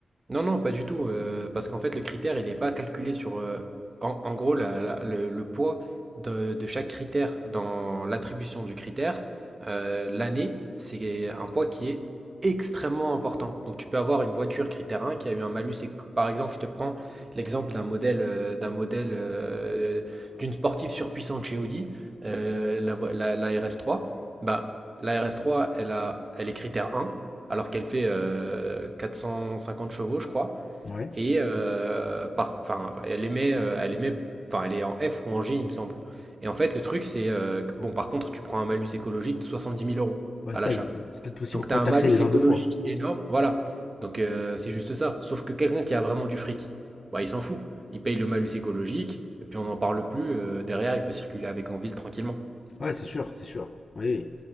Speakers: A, on the right; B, on the left.
A: Non, non, pas du tout, heu, parce qu'en fait, le critère, il n'est pas calculé sur, heu, en en gros, la la le le poids de de chaque critère dans l'attribution du critère, heu, l'année, c'est un poids qui est extrêmement important. Donc tu peux avoir une voiture critère 1 qui a eu un malus éc par exemple, je te prends l'exemple d'un modèle, heu, d'un modèle, heu, d'une sportive surpuissante chez Audi, heu, la voi la la RS3, bah, la RS3, elle a elle est critère 1 alors qu'elle fait euh, 450 chevaux, je crois.
B: Ouais.
A: Et euh, par, enfin, elle émet, euh, elle émet, enfin, elle est en F ou en G, il me semble. Et en fait, le truc, c'est euh, que- bon, par contre, tu prends un malus écologique de 70 000 euros
B: Ouais,
A: à
B: ça,
A: l'achat.
B: c'est peut-être possible
A: Donc,
B: pour
A: tu
B: pas
A: as un
B: taxer
A: malus
B: les gens
A: écologique
B: deux fois.
A: énorme, voilà. Donc, euh, c'est juste ça. Sauf que quelqu'un qui a vraiment du fric, bah, il s'en fout. Il paye le malus écologique, et puis on n'en parle plus. euh, derrière, il peut circuler avec en ville tranquillement.
B: Ouais, c'est sûr, c'est sûr. Oui.